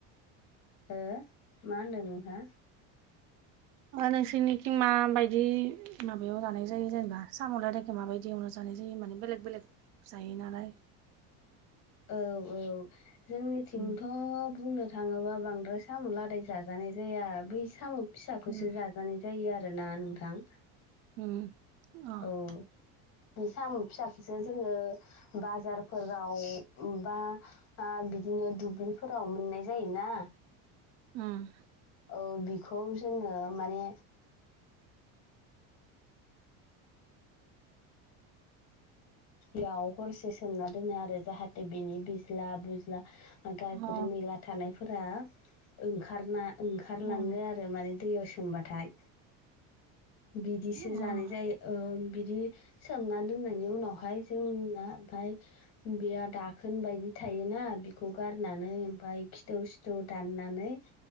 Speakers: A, on the left; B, on the right.
A: हो मा होनदों नोंथां?
B: नोंसोरनिखिं मा बायदि माबायाव जानाय जायो जेनेबा साम'लदायखो माबायदियाव एवना जानाय जायो माने बेलेग बेलेग जायो नालाय
A: औ औ जोंनिथिंथ'
B: उम
A: बुंनो थाङोबा बांद्राय सामु लादाय जाजानाय जाया बै साम फिसाखौसो
B: उम
A: जानाय जायो आरोना नोंथां।
B: उम अ
A: औ बे सामु फिसाखोसो जोङो बाजारफोराव बा बिदिनो दुब्लिफोराव मोननाय जायोना
B: उम
A: औ बिखौ जोङो माने याव हरसे सोमना दोनो आरो जाहाथे बिनि बिज्ला बुज्ला गाज्रि
B: अ
A: मैला थानायफोरा ओंखारना ओंखारलाङो
B: उम
A: आरो माने दैयाव सोमबाथाय बिदिसो
B: अ
A: जानाय जायो ओ बिदि सोमना दोननायनि उनावहाय जोंना ओमफाय बेया दाखोन बायदि थायोना बेखौ गारनानै ओमफाय खिथौ सिथौ दाननानै